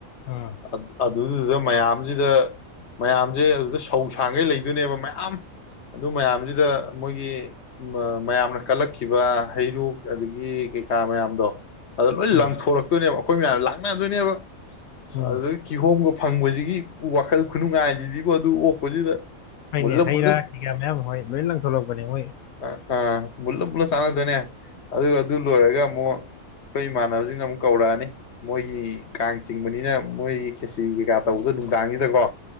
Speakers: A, on the left (about 80°); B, on the left (about 55°).
A: ꯑꯥ
B: ꯑꯥ ꯑꯗꯨꯗꯨꯗ ꯃꯌꯥꯝꯁꯤꯗ ꯃꯌꯥꯝꯁꯦ ꯑꯗꯨꯗ ꯁꯧ ꯁꯥꯡꯉꯩ ꯂꯩꯗꯣꯏꯅꯦꯕ ꯃꯌꯥꯝ ꯑꯗꯨ ꯃꯌꯥꯝꯁꯤꯗ ꯃꯣꯏꯒꯤ ꯃꯌꯥꯝꯅ ꯀꯜꯂꯛꯈꯤꯕ ꯍꯩꯔꯨꯛ ꯑꯗꯒꯤ ꯀꯩꯀꯥ ꯃꯌꯥꯝꯗꯣ ꯑꯗ ꯂꯣꯏ
A: ꯎꯝ
B: ꯂꯪꯊꯣꯔꯛ ꯑꯩꯈꯣꯏ ꯃꯌꯥꯝ ꯂꯥꯛꯅꯗꯣꯏꯅꯦꯕ
A: ꯎꯝ
B: ꯑꯗꯨ ꯀꯤꯍꯣꯝꯒ ꯐꯪꯕꯁꯤꯒꯤ ꯋꯥꯈꯜ ꯈꯨꯅꯨꯡꯉꯥꯏꯁꯤꯗꯤꯀꯣ ꯑꯗꯨ ꯑꯣꯛꯄꯁꯤꯗ
A: ꯍꯣꯏꯅꯦ
B: ꯃꯨꯜꯂ
A: ꯍꯩ
B: ꯃꯨꯜꯂ
A: ꯔꯥ ꯀꯩꯀꯥ ꯃꯌꯥꯝ ꯍꯣꯏ ꯂꯣꯏ ꯂꯪꯊꯂꯛꯄꯅꯦ ꯃꯣꯏ
B: ꯑ ꯑ ꯃꯜꯂ ꯃꯜꯂ ꯆꯥꯅꯗꯣꯏꯅꯦ ꯑꯗꯨ ꯑꯗꯨ ꯂꯔꯒ ꯑꯃꯨꯛ ꯑꯩꯈꯣꯏ ꯏꯃꯥꯟꯅꯕꯁꯤꯡꯅ ꯑꯃꯨꯛ ꯀꯧꯔꯛꯑꯅꯤ ꯃꯣꯏꯒꯤ ꯀꯥꯡ ꯆꯤꯡꯕꯅꯤꯅ ꯃꯣꯏꯒꯤ ꯈꯦꯁꯤ ꯀꯩꯀꯥ ꯇꯧꯕꯗꯣ ꯅꯨꯡꯗꯥꯡꯁꯤꯗꯀꯣ